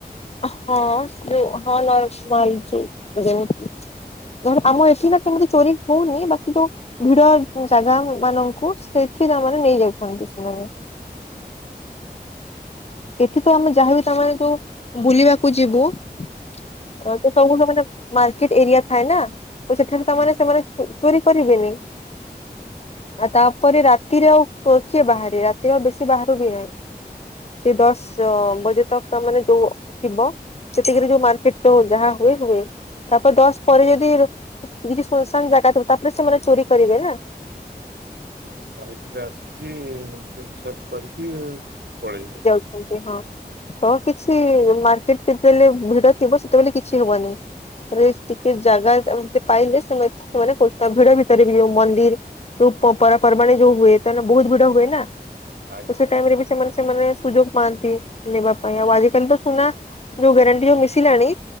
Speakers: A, on the left (about 40°); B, on the right (about 85°).
A: ହଁ <unintelligible> ଆମ ଏଠି ନା ସେମିତି ଚୋରି ହଉନି। ବାକି ଯୋଉ ଭିଡ ଜାଗା ମାନଙ୍କୁ ସେଠି ତାମାନେ ନେଇ ଯାଇଥାନ୍ତି ସେମାନେ। ଏଠି ତ ଆମେ ଯାହାବି ତାମାନେ ଯୋଉ ବୁଲିବାକୁ ଯିବୁ ତ ସବୁ ସେମାନେ ମାର୍କେଟ ଏରିଆ ଥାଏ ନା, ତ ସେଠାରେ ତାମାନେ
B: ହୁଁ।
A: ସେମାନେ ଚୋରି କରିବେନି। ଆ ତାପରେ ରାତିରେ ଆଉ କିଏ ବାହାରେ ରାତିରେ ଆଉ ବେଶୀ ବାହାରୁ ବି ନାହିଁ। ସେ ଦଶ ବଜେ ତକ ମାନେ ଯୋଉ ଥିବ ସେତିକି ରେ ଯୋଉ ମାର୍କେଟ ଥିବ ଯାହା <unintelligible> ହୁଏ ତାପରେ ଦଶ ପରେ ଯଦି ସେଇଠି ଶୂନଶାନ ଜାଗା ଥିବ ତାପରେ ସେମାନେ ଚୋରି କରିବେ ନା।
B: ହଁ ବାଇକିରେ ଆସିକି ଛେଡ଼ଛାଡ଼ କରିକି ପଳେଇବେ।
A: ଏମିତି ହଁ ତ କିଛି ମାର୍କେଟ ଯେତେବେଲେ ଭିଡ ଥିବ ସେତେବେଳେ କିଛି ହବନି। ଖାଲି ଇସ୍‌ ଟିକେ ଜାଗା ଏମିତ ପାଇଲେ ସେ ସେମାନେ <unintelligible> ଭିଡ ଭିତରେ ବି ଯୋଉ ମନ୍ଦିର। ଯୋଉ ପବ ପରପର୍ବାଣୀ ଯୋଉ ହୁଏ ତାହେନେ ବହୁତ୍ ଭିଡ଼ ହୁଏ ନା।
B: ଆଜ୍ଞା
A: ତ ସେ ଟାଇମରେ ବି ସେମାନେ ସେମାନେ ସୁଯୋଗ ପାଆନ୍ତି ନେବା ପାଇଁ ଆଉ ଆଜିକାଲି ତ ସୁନା ଯଉ ଗ୍ୟାରେଣ୍ଟି ମିଶିଲାଣି।